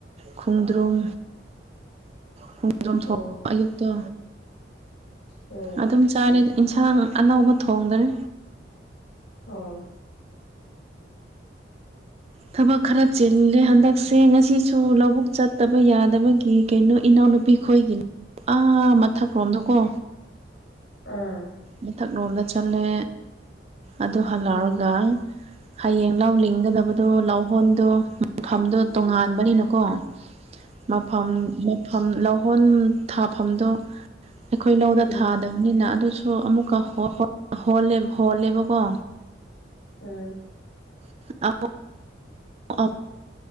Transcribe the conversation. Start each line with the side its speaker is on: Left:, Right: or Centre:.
Right: ꯈꯣꯡꯗ꯭ꯔꯨꯝ ꯈꫭꯡ ꯗ꯭ꯔꯨꯝ <unintelligible>
Left: ꯑꯣ
Right: ꯑꯌꯨꯛꯇꯣ
Left: ꯎꯝ
Right: ꯑꯗꯨꯝ ꯆꯥꯔꯦꯗ ꯏꯟꯁꯥꯡ ꯑꯅꯧꯕ ꯊꯣꯡꯗꯔꯦ
Left: ꯑꯣ
Right: ꯊꯕꯛ ꯈꯔ ꯆꯤꯜꯂꯦ ꯍꯟꯗꯛꯁꯦ ꯉꯁꯤꯁꯨ ꯂꯧꯕꯨꯛ ꯆꯠꯇꯕ ꯌꯥꯗꯕꯒꯤ ꯀꯩꯅꯣ ꯏꯅꯥꯎ ꯅꯨꯄꯤ ꯈꯣꯏꯒꯤ ꯑꯥ ꯃꯊꯛꯔꫭꯝꯗꯀꯣ
Left: ꯑꯥ
Right: ꯃꯊꯛꯂꯣꯝꯗ ꯆꯠꯂꯦ ꯑꯗꯨ ꯍꯜꯂꯛꯑꯒ
Left: ꯑꯣ ꯎꯝ
Right: ꯍꯌꯦꯡ ꯂꯧ ꯂꯤꯡꯒꯗꯕꯗꯣ ꯂꯧꯍꯣꯟꯗꯣ ꯃꯐꯝꯗꯣ ꯇꯣꯉꯥꯟꯕꯅꯤꯅꯀꯣ ꯃꯐꯝ ꯃꯐꯝ ꯂꯧꯍꯣꯟ ꯊꯥꯐꯝꯗꫭ ꯑꯩꯈꯣꯏ ꯂꯧꯗ
Left: ꯎꯝ
Right: ꯊꯥꯗꯞꯅꯤꯅ ꯑꯗꯨ ꯁꯨ ꯑꯃꯨꯛꯀ <unintelligible> ꯍꫭꯜꯂꯦꯕꯀꯣ
Left: ꯎꯝ
Right: <inaudible> ꯑꯞ